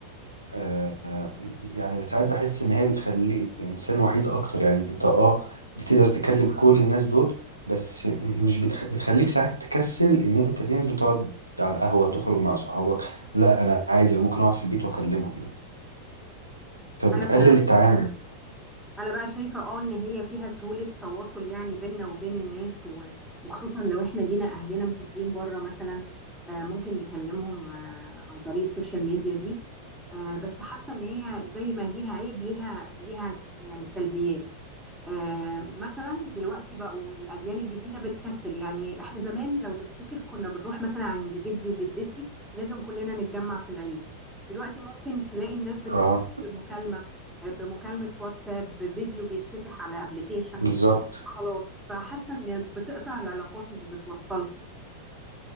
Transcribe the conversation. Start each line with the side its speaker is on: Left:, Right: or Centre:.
Right: آه، آه، يعني ساعات بحس ان هي بتخلي الانسان وحيد اكتر يعني انت اه بتقدر تكلم كل الناس دول بس مش بتخ... بتخليك ساعات تكسل ان انت تنزل تقعد على القهوة تخرج مع صحابك لا انا عادي انا ممكن اقعد في البيت واكلمهم يعني فبتقلل
Centre: انا بقى
Right: التعامل
Centre: انا بقى شايفة اه ان هي فيها سهولة تواصل يعني بيننا وبين الناس و- وخصوصا لو احنا لينا اهلنا مسافرين بره مثلا آه، ممكن نكلمهم آه، عن طريق السوشيال ميديا دي آه، بس حاسة ان هي زي ما ليها عيب ليها ليها س- يعني سلبيات آه، مثلا دلوقتي بقوا الاجيال الجديده بتكسل يعني احنا زمان لو تفتكر كنا بنروح مثلا عند جدي وجدتي لازم كلنا نتجمع في العيد دلوقتي ممكن تلاقي الناس بتكتب
Right: اه
Centre: بمكالمه آه، بمكالمه واتساب بفيديو بيتفتح على ابلكيشن
Right: بالظبط
Centre: وخلاص فحاسه ان بتقطع العلاقات مش بتوصلها